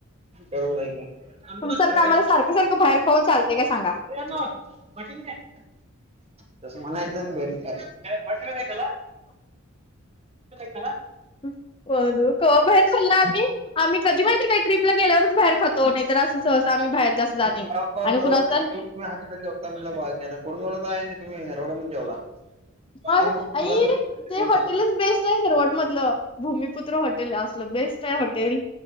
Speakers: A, on the right; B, on the left.
A: बरोबर आहे
B: तुमच्यासारखं आम्हाला सारखं सारखं बाहेर खाऊन चालतंय काय सांगा.
A: <unintelligible> <inaudible> तस मला <unintelligible> त्याला <unintelligible>
B: होय. बाई कवा बाहीर खाल्लं आम्ही? आम्ही कधी माहिती काय? ट्रीपला गेल्यावरच बाहेर खातो नाही तर असं- सहसा आम्ही बाहेर जास्त जात नाही.
A: तुम्ही
B: आणि पुन्हा तर-
A: <unintelligible>
B: मग
A: आणि
B: आई ते हॉटेलच बेस्ट आहे. हेरवाड मधलं. भूमिपुत्र हॉटेल असलं बेस्ट आहे हॉटेल.